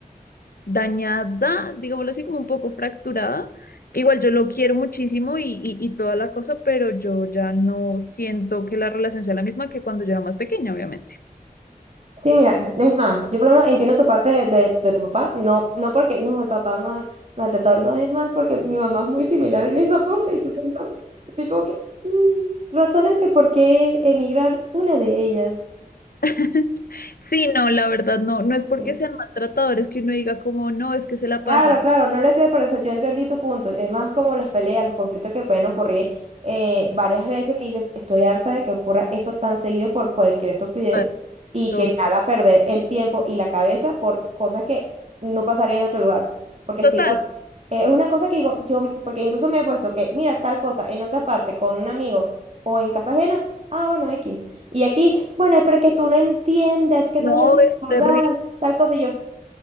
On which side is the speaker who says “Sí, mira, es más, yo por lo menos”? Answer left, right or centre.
Right